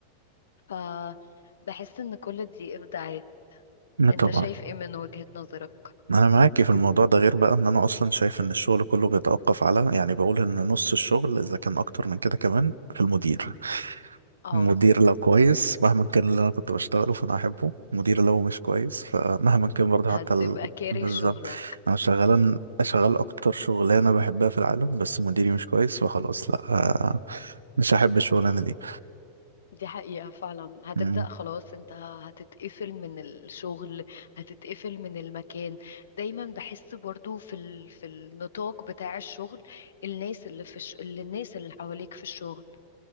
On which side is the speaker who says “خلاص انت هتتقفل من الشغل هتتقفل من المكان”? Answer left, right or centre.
Left